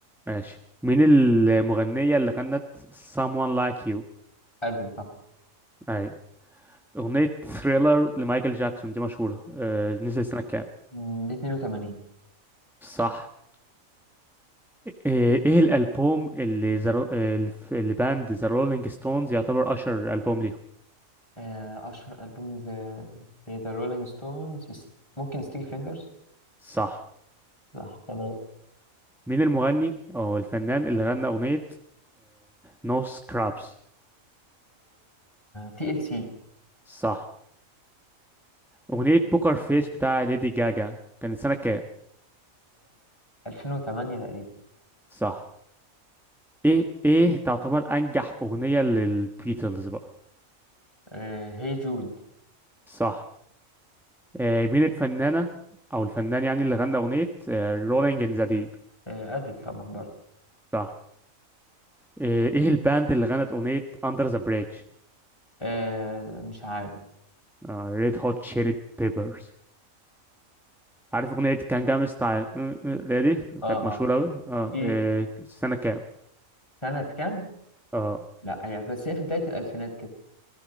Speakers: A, in the centre; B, on the left.
A: ماشي مين المغنية اللي غنت Someone Like You
B: أدل طبعا
A: أي أغنية ثريلر لمايكل جاكسون دي مشهورة آه، نزلت سنة كام؟
B: م، دي 82
A: صح ايه إيه الالبوم اللي زر... اللي في- اللي باند ذا رولينج ستونز يعتبر اشهر البوم ليهم
B: آه، أشهر ألبوم ذا ذا رولينج ستونز ممكن ستيكي فينجرز
A: صح
B: صح تمام
A: مين المغني او الفنان اللي غنى اغنية نو سكرابس
B: تي ال سي
A: صح اغنية بوكر فيس بتاع ليدي جاجا كانت سنة كام
B: 2008 تقريبا
A: صح ايه ايه تعتبر انجح اغنية للبيتلز بقى
B: آه، هي جود
A: صح إيه مين الفنانة او الفنان يعني اللي غنى اغنية رولينج ان ذا ديب
B: آه، أدل طبعا برضه
A: صح إيه إيه الباند اللي غنت أغنية Under the Bridge
B: آه، مش عارف
A: آه ريد هوت تشيلي بيبرز عارف اغنيه كان جامس بتاع اللي هي دي
B: اه
A: كانت مشهوره
B: اه
A: قوي اه
B: دي
A: إيه، سنه كام
B: سنة كام؟
A: اه
B: لا هي بس هي في بداية الألفينات كده